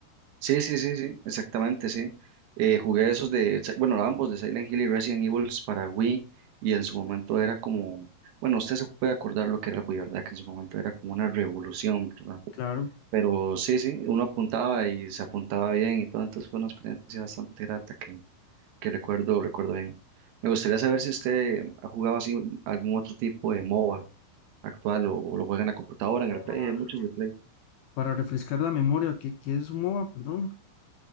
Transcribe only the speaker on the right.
Sí, sí, sí, sí, exactamente, sí. Eh, jugué esos de, Si- bueno, ambos de Silent Hill y Resident Evil para Wii y en su momento era como, bueno, usted se puede acordar lo que era el Wii, ¿verdad? Que en su momento era como una revolución, ¿verdad?
Pero sí, sí, uno apuntaba y se apuntaba bien y todo, entonces fue una experiencia bastante grata que, que recuerdo, recuerdo bien. Me gustaría saber si usted ha jugado así algún otro tipo de MOBA actual o, lo juega en la computadora,
en el Play, hay muchos de Play.